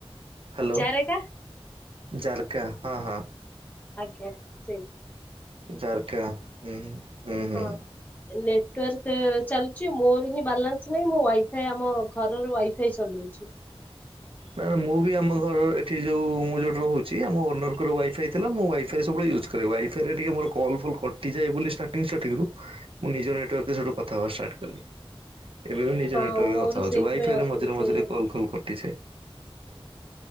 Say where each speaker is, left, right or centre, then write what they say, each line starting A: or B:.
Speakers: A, on the right; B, on the left.
A: ହ୍ୟାଲୋ
B: ଜାରେକା
A: ଜାରକା ହଁ ହଁ
B: ଆଜ୍ଞା ସେଇ
A: ଜାରକା ହୁଁ ହୁଁ ହୁଁ।
B: ହଁ ନେଟୱାର୍କ ଚାଲଛି ମୋର ହିଁ ବାଲା କିଛିନାଇଁ ମୁଁ ୱାଇଫାଇ ଆମ ଘରର ୱାଇଫାଇ ଚଲାଉଛି
A: ନା ମୁଁ ବି ଆମ ଘର ଏଠି ଯୋଉ ମୁଁ ଯୋଉଠି ରହୁଛି ଆ ମୋ ଓନରଙ୍କ ୱାଇଫାଇ ଥିଲାଁ ୱାଇ ଫାଇ ସବୁ ୟୁଜ୍ କରେ ୱାଇଫ ରେ ଟିକେ ମୋର କଲ ଫଲ କଟିଯାଏ ବୋଲି ଷ୍ଟାର୍ଟିଂ ଷ୍ଟାର୍ଟିଂ ମୁଁ ନିଜ ନେଟୱାର୍କଟୁ କଥା ହେବାଷ୍ଟାଟ କଲି ଏବେ ବି ନିଜ
B: ହଁ
A: ନେଟାର୍କରେ
B: ମୋର
A: କଥା ହଉଛି
B: ସେଇଥିପାଇଁ
A: ୱାଇଫାଇ
B: ଅସୁବିଧା
A: ରେ ମଝିରେ ମଝରେ
B: ହିଁ ହଉଛି।
A: କଲ୍ କଲ କଟି ଯାଏ